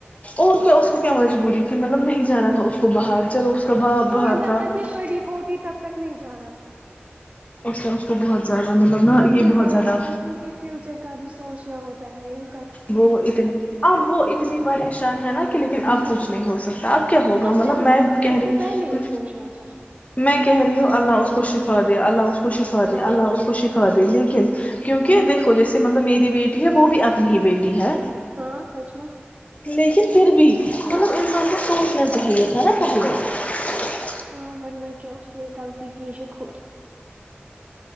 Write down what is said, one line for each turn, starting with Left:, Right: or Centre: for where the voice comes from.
Left: اور کیا اس کو کیا مجبوری تھی مطلب نہیں جانا تھا اس کو باہر چلو اس کا باپ
Right: ہاں
Left: باہر
Right: جب
Left: تھا
Right: تک یہ چوی ہوتی تب تک نہیں جانا تھا <unintelligible>
Left: اس اس کو بہت <unintelligible> نا
Right: بچوں
Left: یہ بہت
Right: کا
Left: زیادہ
Right: بچوں کے فیوچر کا بھی سوچنا ہوتا تیں <unintelligible>
Left: وہ اتنی اب وہ اتنی پریشانی ان ہے نا کہ لیکن اب کچھ نہیں ہو سکتا <unintelligible> ہوگا
Right: اب
Left: مطلب
Right: کیا ہو
Left: میں
Right: سکتا
Left: کہہ
Right: ہے اس
Left: رہی
Right: کو پہلے یہ سوچنا تھا
Left: میں کہہ رہی ہوں اللہ اس کو شفا دے اللہ اس کو کو شفا دے
Right: ہاں
Left: اللہ اس کو شفا دے لیکن <unintelligible> کیونکہ دیکھو جیسے مطلب میری بیٹی ہے وہ بھی اپنی ہی بیٹی <unintelligible> ہے
Right: ہاں سچ میں
Left: لیکن <unintelligible> پھر بھی مطلب انسان کو سوچنا چاہیے تھا نا پہلے <unintelligible>
Right: ہاں ورنہ کیا اس نے غلطی کی ہے خود